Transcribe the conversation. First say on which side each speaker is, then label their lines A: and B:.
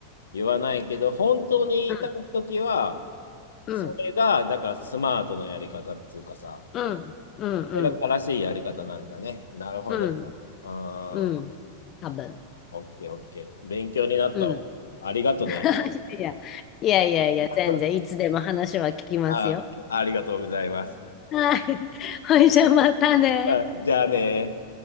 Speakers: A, on the left; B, on the left.
A: 言わないけど、本当に言いたいときは、
B: うん、うん、
A: それが、だからスマートなやり方っつうかさ、
B: うん、うん、
A: それが正しいやり方なんだね。
B: うん、
A: なるほどね。
B: うん、
A: うん、
B: うん、多分。
A: オッケーオッケー。勉強になったわ。
B: うん。
A: ありがとね。
B: <laughs> いや、いやいやいや、
A: <laughs>
B: 全然いつでも話は聞きますよ。
A: あ、ありがとうございます。
B: はい。<laughs> ほいじゃあまたね。
A: あじゃあね